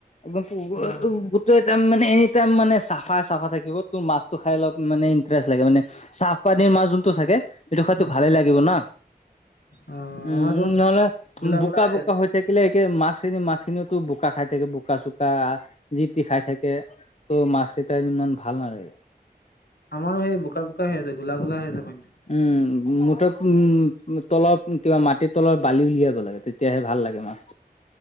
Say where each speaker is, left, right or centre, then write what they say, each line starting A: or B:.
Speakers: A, on the left; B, on the left.
A: একদম
B: অ
A: গোটেই ইটাম মানে ইতাম মানে চাফাই চাফা থাকিব। তোৰ মাছটো খাই অল মানে ইন্টাৰেষ্ট লাগে। মানে চাহ পানীৰ মাছ যোনটো থাকে, সেইটো খাই
B: অ
A: তোৰ ভালে লাগিব ন।
B: অ
A: উম
B: আমাৰতো
A: নহ'লে
B: ঘোলা
A: বোকা-বোকা
B: ঘোলা আছে
A: হৈ থাক কেলে একে মাছখিনি মাছখিনিও তোৰ বোকা খাই থাকে বোকা-চোকা জি তি খাই থাকে। ত' মাছ কেইটা ইমান ভাল নালাগে।
B: আমাৰো সেই বোকা বোকা হৈ আছে, ঘোলা ঘোলা হৈ আছে পানীটো।
A: উম মুঠ উম তলৰ কিবা মাটিৰ তলৰ বালি উলিয়াব লাগে তেতিয়াহে ভাল লাগে মাছ।